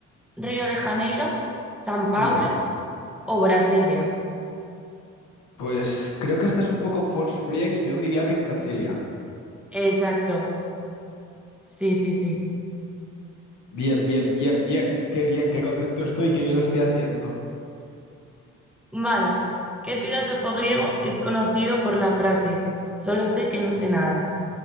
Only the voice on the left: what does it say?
Obroz.
Pues creo que esta es un poco false friend y yo diría que es Brasilia.
Bien, bien, bien, bien. Qué bien, qué contento estoy, qué bien lo estoy haciendo.